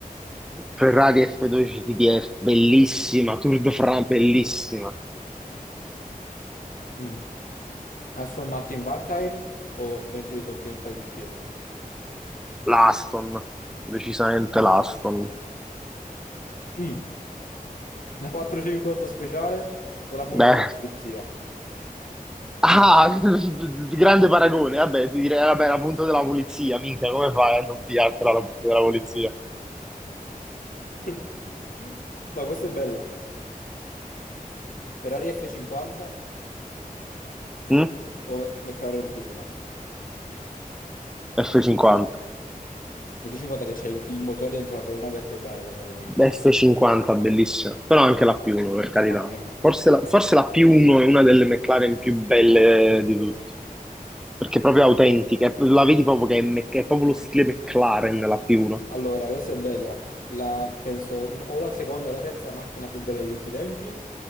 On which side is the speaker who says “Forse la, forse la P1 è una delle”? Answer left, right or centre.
Centre